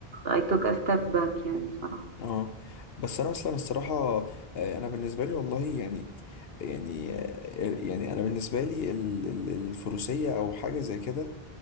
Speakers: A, on the right; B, on the left.
A: I took a step back يعني بصراحة
B: اه بس انا اصلا الصراحه آه، انا بالنسبه لي والله يعني يعني آه، يعني انا بالنسبه لي ال- ال- الفروسيه او حاجه زي كده